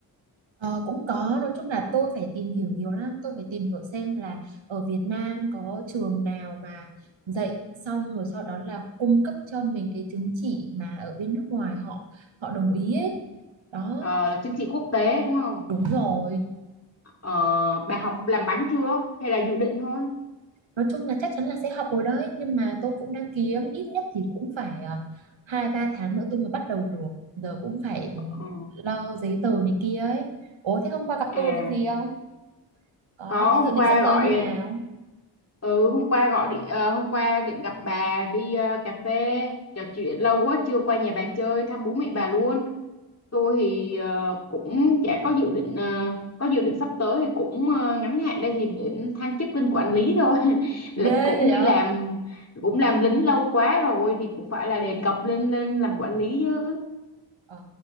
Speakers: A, on the right (about 65°); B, on the left (about 30°).
A: Ờ, cũng có nói chung là tôi phải tìm hiểu nhiều lắm tôi phải tìm hiểu xem là ở Việt Nam có trường nào mà dạy xong rồi sau đó là cung cấp cho mình cái chứng chỉ mà ở bên nước ngoài họ họ đồng ý ấy đó
B: Ờ là chứng chỉ quốc tế đúng không?
A: đúng rồi
B: Ờ, bà học làm bánh chưa hay là dự định thôi?
A: nói chung là chắc chắn là sẽ học rồi đấy nhưng mà tôi cũng đang kiếm ít nhất thì cũng phải ờ, hai ba tháng nữa tôi mới bắt đầu được giờ cũng phải
B: Ờ,
A: lo giấy tờ này kia ấy ủa thế hôm qua gặp
B: à
A: tôi có việc gì không có
B: có
A: thế
B: hôm
A: dự định
B: qua
A: sắp tới
B: gọi
A: như nào
B: ừ hôm qua gọi đi ờ, hôm qua định gặp bà đi ờ, cà phê trò chuyện lâu quá chưa qua nhà bà chơi thăm bố mẹ bà luôn. Tôi thì ờ, cũng chả có dự định ờ, có dự định sắp tới thì cũng ờ, ngắn hạn đây thì định thăng chức lên quản lý thôi <laughs> là
A: ghê
B: cũng
A: vậy
B: đi làm cũng làm lính lâu quá rồi thì cũng phải là đề cập lên lên làm quản lý chứ.
A: Ờ,